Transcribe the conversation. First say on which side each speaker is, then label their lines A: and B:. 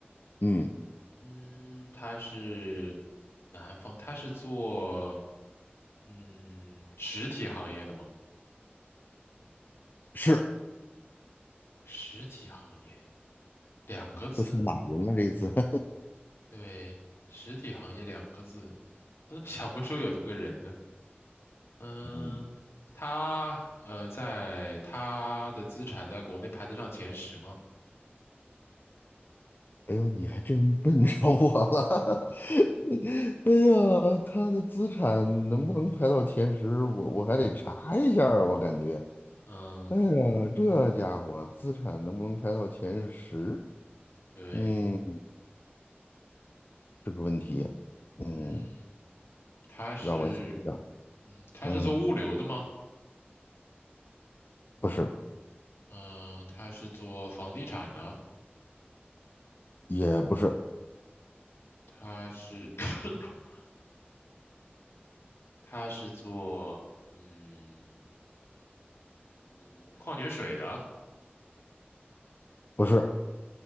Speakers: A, on the left (about 55°); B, on the left (about 90°).
A: 嗯，
B: 嗯，他是南方，他是做嗯实体行业的吗？
A: 是，
B: 实体行业两个字，
A: 都算马云了这一次，<laughs>
B: 对，实体行业两个字，我怎么 <laughs> 想不出有这么个人呢？嗯，
A: 嗯，
B: 他呃，在他的资产在国内排得上前十吗？
A: 哎呦，你还真问着我了，<laughs> 哎呀，他的资产能不能排到前十，我我还得查一下儿我感觉，
B: 嗯，
A: 哎呀，这家伙资产能不能排到前十，
B: 对，
A: 嗯，这个问题，嗯。
B: 嗯，他是，
A: 让我想一下，
B: 嗯，他是做物流的吗？
A: 嗯，不是，
B: 嗯，他是做房地产的，
A: 也不是，
B: 他是，<coughs> 他是做，嗯嗯，矿泉水的。
A: 不是，